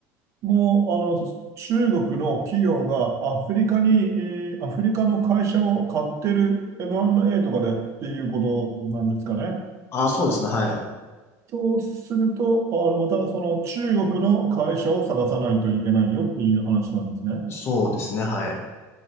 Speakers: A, on the right; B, on the left.
A: もう、あの、中国の企業がアフリカに、えーアフリカの会社を買ってる M&A とかでっていうことなんですかね。
B: ああ、そうですね、はい。
A: そうすると、あ、またその中国の会社を探さないといけないよっていう話なんですね。
B: そうですね、はい。